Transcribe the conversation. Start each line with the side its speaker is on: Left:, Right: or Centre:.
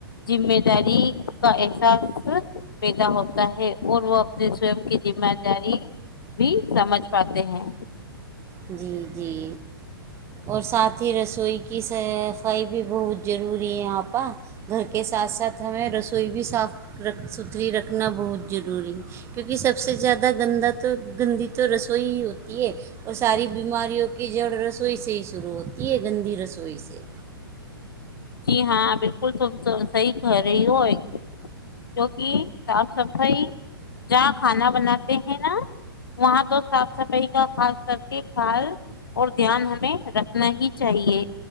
Left: ذمہ داری کا احساس پیدا ہوتا ہے اور وہ اپنے سوم کی ذمہ داری بھی سمجھ پاتے ہیں
Right: جی جی اور ساتھ ہی رسوئی کی صفائی بھی بہت ضروری ہے یہاں پر گھر کے ساتھ ساتھ ہمیں رسوئی بھی صاف رکھ ستھری رکھنا بہت ضروری ہے کیونکہ سب سے زیادہ گندہ تو گندی تو رسوئی ہی ہوتی ہے اور ساری بیماریوں کی جڑ رسوئی سے ہی شروع ہوتی ہے گندی رسوئی سے
Left: جی ہاں بالکل تم صحیح کہہ رہی ہو کیوںکہ صاف صفائی جہاں کھانا بناتے ہیں نا وہاں تو صاف صفائی کا خاص کر کے خیال اور دھیان ہمیں رکھنا ہی چاہیے